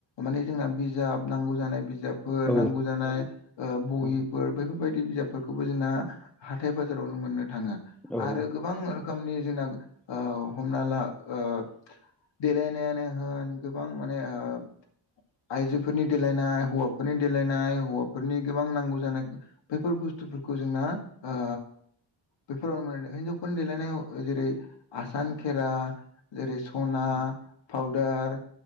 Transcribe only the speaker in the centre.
औ
उम
औ